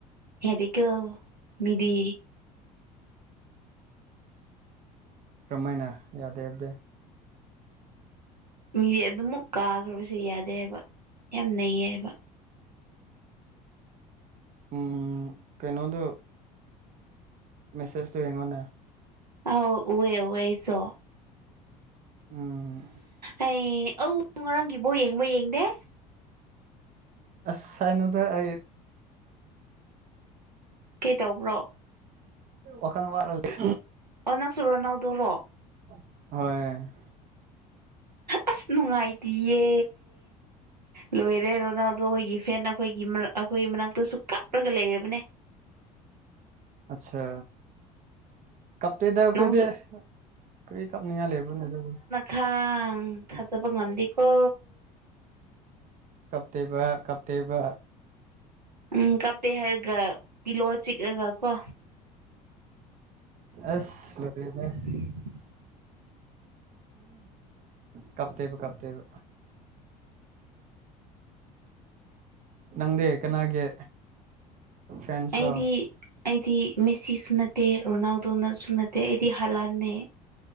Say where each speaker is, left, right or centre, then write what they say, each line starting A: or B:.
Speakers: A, on the right; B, on the right.
A: ꯌꯥꯗꯦꯀꯣ ꯃꯤꯗꯤ
B: ꯀꯃꯥꯏꯅ ꯌꯥꯗꯦ ꯍꯥꯏꯕꯗꯤ
A: ꯃꯤꯗꯤ ꯑꯗꯨꯃꯛ ꯀꯥꯈ꯭ꯔꯕꯁꯤ ꯌꯥꯗꯦ ꯍꯥꯏꯕ ꯌꯥꯝ ꯅꯩꯌꯦ ꯍꯥꯏꯕ
B: ꯎꯝ ꯀꯩꯅꯣꯗꯣ ꯃꯦꯁꯦꯖꯇꯣ ꯌꯦꯡꯉꯣꯅꯦ
A: ꯑꯧ ꯎꯋꯦ ꯑꯩꯁꯣ
B: ꯎꯝ
A: ꯑꯩ ꯑꯧ ꯉꯔꯥꯡꯒꯤ ꯕꯣꯜ ꯌꯦꯡꯕ꯭ꯔ ꯌꯦꯡꯗꯦ
B: ꯑꯁ ꯍꯥꯏꯅꯨꯗ ꯑꯩ
A: ꯀꯩ ꯇꯧꯕ꯭ꯔꯣ
B: ꯋꯥꯈꯟ ꯋꯥꯔ ꯂꯩ
A: ꯑꯣ ꯅꯪꯁꯨ ꯔꯣꯅꯥꯜꯗꯣꯔꯣ
B: ꯍꯣꯏ
A: ꯑꯁ ꯅꯨꯡꯉꯥꯏꯇꯤꯌꯦ ꯂꯣꯏꯔꯦ ꯔꯣꯅꯥꯜꯗꯣ ꯈꯣꯏꯒꯤ ꯐꯦꯟ ꯑꯩꯈꯣꯏꯒꯤ ꯑꯩꯈꯣꯏꯒꯤ ꯃꯅꯥꯛꯇꯁꯨ ꯀꯥꯞꯔꯒ ꯂꯩꯔꯕꯅꯦ
B: ꯑꯠꯁꯥ ꯀꯞꯦꯗ
A: ꯅꯪꯁꯨ
B: ꯀꯣꯏꯗꯤ ꯀꯩ ꯀꯅꯤꯌꯥ ꯂꯩꯦꯕꯔꯅꯦ ꯂꯩꯕ
A: ꯊꯥꯡ ꯊꯖꯕ ꯉꯝꯗꯤꯀꯣ
B: ꯀꯞꯇꯦꯕ ꯀꯞꯇꯦꯕ
A: ꯎꯝ ꯀꯥꯞꯇꯦ ꯍꯥꯏꯔꯒ ꯄꯤꯂꯛꯑꯣ ꯆꯤꯛꯑꯒ ꯀꯣ
B: ꯑꯁ ꯂꯣꯢꯔꯦꯍꯦ
A: ꯍ <unintelligible>
B: ꯀꯞꯇꯦꯕ ꯀꯞꯇꯦꯕ ꯅꯪꯗꯤ ꯀꯅꯥꯒꯤ ꯐꯦꯟꯁꯂꯣ
A: ꯑꯩꯗꯤ ꯑꯩꯗꯤ ꯃꯦꯁꯤꯁꯨ ꯅꯠꯇꯦ ꯔꯣꯅꯥꯜꯗꯣꯅꯁꯨ ꯅꯠꯇꯦ ꯑꯩꯗꯤ ꯍꯥꯂꯥꯟꯅꯦ